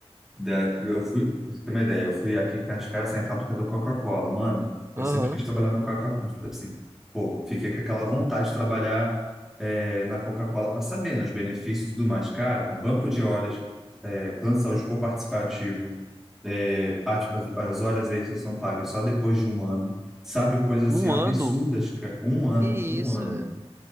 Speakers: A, in the centre; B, on the right.
A: da, eu fui, pra você ter uma ideia, eu fui aqui perto de casa, assim, a fábrica da Coca-Cola. Mano, eu
B: Aham.
A: sempre quis trabalhar na Coca-Cola, tipo assim, pô, fiquei com aquela vontade de trabalhar é, na Coca-Cola para saber, né, os benefícios e tudo mais. Cara, banco de horas, é, plano de saúde coparticipativo, é, ah, tipo, as, as horas extras são pagas só depois de um ano, sabe? Coisas
B: Um
A: assim absurdas,
B: ano?
A: cara. um ano,
B: Que isso,
A: um ano,
B: velho?